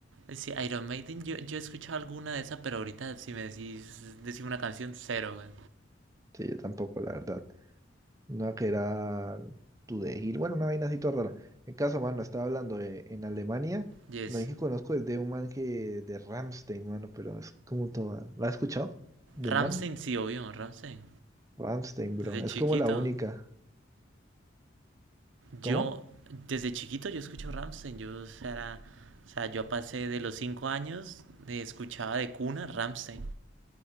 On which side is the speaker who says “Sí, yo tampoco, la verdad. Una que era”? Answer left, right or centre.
Right